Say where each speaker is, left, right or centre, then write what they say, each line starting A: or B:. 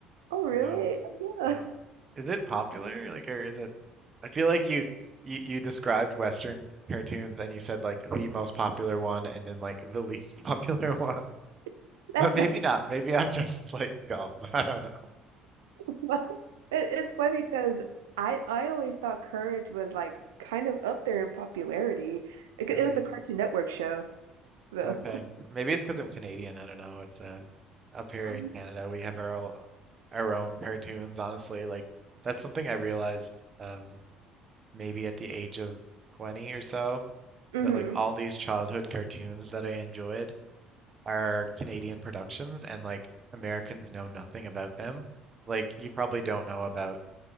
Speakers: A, on the right (about 80°); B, on the right (about 35°).
A: oh really?
B: No,
A: Oh yeah,
B: no. Is it popular? Like, or is it? I feel like you you, you described Western cartoons and you said like the most popular one and then like the least <laughs> popular one,
A: <laughs> that
B: but maybe
A: that's
B: not. Maybe I'm just like dumb. <laughs> I don't know.
A: what- it, it's funny because I I always thought Courage was like kind of up there in popularity. It,
B: Really.
A: it was a Cartoon Network show though.
B: Okay.
A: <laughs>
B: Maybe it's because I'm Canadian. I don't know. It's uh, up here
A: Um,
B: in Canada, we have our own, our own cartoons, honestly. Like that's something I realized um maybe at the age of 20 or so
A: hmm
B: that like all these childhood cartoons that I enjoyed are Canadian productions and like Americans know nothing about them. Like you probably don't know about